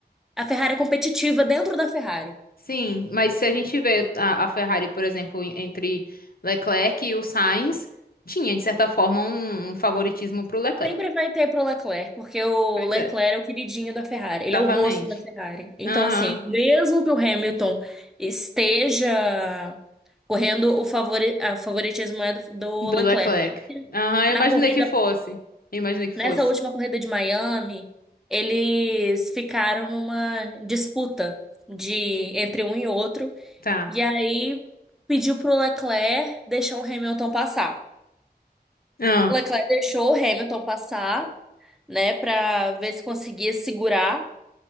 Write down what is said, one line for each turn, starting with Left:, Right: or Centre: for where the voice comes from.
Centre: A Ferrari é competitiva dentro da Ferrari.
Left: sim, mas se a gente vê a, a Ferrari, por exemplo, en- entre Leclerc e o Sainz, tinha de certa forma um, um favoritismo pro Leclerc.
Centre: Sempre vai ter pro Leclerc, porque o
Left: Pois
Centre: Leclerc
Left: é.
Centre: é o queridinho da Ferrari, ele
Left: Exatamente.
Centre: é o rosto da Ferrari. Então,
Left: Aham.
Centre: assim, mesmo que o Hamilton esteja correndo, o favori, a favoritismo é do, do
Left: Do
Centre: Leclerc.
Left: Leclerc. Aham, eu
Centre: Na
Left: imaginei
Centre: corrida,
Left: que fosse. Eu imaginei que
Centre: nessa
Left: fosse.
Centre: última corrida de Miami, eles ficaram numa disputa de entre um e outro,
Left: Tá.
Centre: e aí pediu pro Leclerc deixar o Hamilton passar.
Left: Ah,
Centre: Leclerc deixou o Hamilton passar, né, para ver se conseguia segurar.